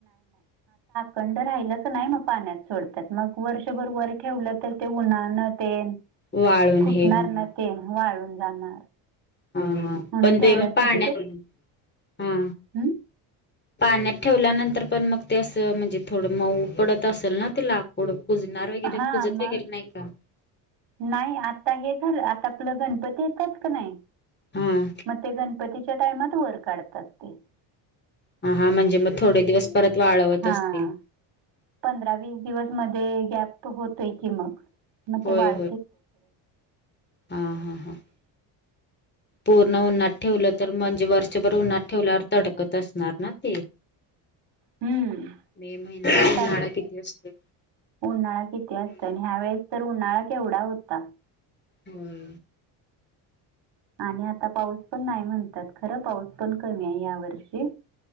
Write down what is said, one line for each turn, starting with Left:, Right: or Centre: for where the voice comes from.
Right: कंड राहिलं क नाही मग पाण्यात सोडत्यात मग वर्षभर वर ठेवलं तर ते उन्हानं तेन
Left: वाळून
Right: फुटणार
Left: हे होणार
Right: न ते वाळून जाणार
Left: हा हा
Right: म्हणून
Left: पण
Right: तेवढ्यासाठी
Left: ते मग पाण्यात
Right: ते
Left: हा
Right: हम्म
Left: पाण्यात ठेवल्यानंतर पण मग ते असं म्हणजे थोडं मऊ पडत असल ना ते लाकूड कुजणार वगैरे
Right: हां
Left: कुजत
Right: मग
Left: वगैरे नाही का?
Right: नाही आता हे झालं, आता आपलं गणपती येतात का नाही.
Left: हा
Right: मग ते गणपतीच्या टाइमात वर काढतात ते
Left: ह हा म्हणजे मग थोडे दिवस परत वाळवत
Right: हां
Left: असतील.
Right: पंधरा वीस दिवस मध्ये गॅप होतोय की मग, मग
Left: होय
Right: ते वाळ
Left: हा हा हा पूर्ण उन्हात ठेवलं तर म जे वर्षभर उन्हात ठेवल्यावर तडकत असणार ना ते
Right: हम्म
Left: मे महिन्यात
Right: ते तर
Left: उन्हाळा किती असतोय.
Right: उन्हाळा किती असतो आणि ह्या वेळेस तर उन्हाळा केवढा होता.
Left: होय
Right: आणि आता पाऊस पण नाही म्हणतात, खरं पाऊस पण कमी आहे या वर्षी